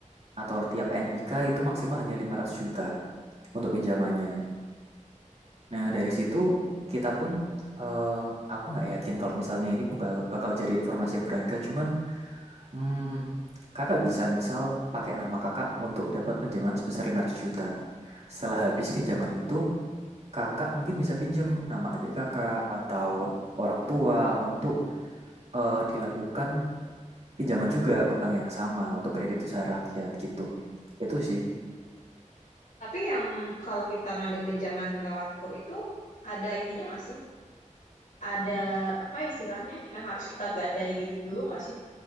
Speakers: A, on the right; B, on the left.
A: atau tiap NIK itu maksimal hanya 500 juta untuk pinjamannya. Nah, dari situ
B: Pastinya.
A: kita pun eh, aku nggak yakin kalau misalnya ini bakal bakal jadi informasi yang berharga, cuman hmm, kakak bisa misal pakai nama kakak untuk dapat pinjaman sebesar 500 juta. Setelah habis pinjaman itu, kakak mungkin bisa pinjam nama adik kakak atau orang tua untuk eh, dilakukan pinjaman juga ke bank yang sama untuk kredit usaha rakyat gitu. Itu sih.
B: Tapi yang kalau kita ngambil pinjaman lewat kur itu ada ininya nggak sih? Ada apa istilahnya yang harus kita gadai gitu dulu nggak sih?